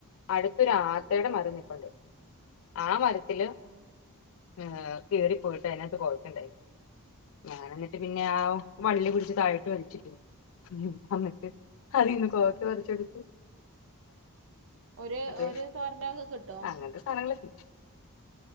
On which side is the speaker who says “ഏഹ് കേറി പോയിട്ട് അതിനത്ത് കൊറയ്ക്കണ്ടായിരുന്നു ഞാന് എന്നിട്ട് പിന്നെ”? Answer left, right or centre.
Left